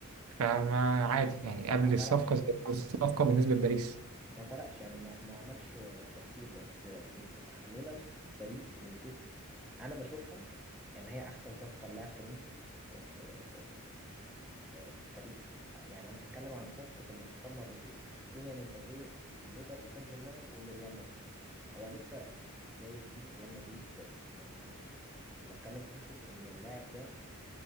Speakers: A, on the right; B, in the centre.
A: فما عادي يعني قبل
B: ما فرقش
A: الصفقه زي بعد الصفقه بالنسبه لباريس
B: ما فرقش يعني ما, ما عملش تأثير بس م- خلينا في باريس ونشوف انا بشوفها ان هي احسن صفقة للاعب فرنسي في, في, في التاريخ يعني انا هتكلم عن صفقة الانتقال مرتين كيليان امبابي لباريس سان جيرمان ولريال مدريد هو لسه يعني جاي جديد في ريال مدريد بس يعني انا بتكلم في حته ان اللاعب ده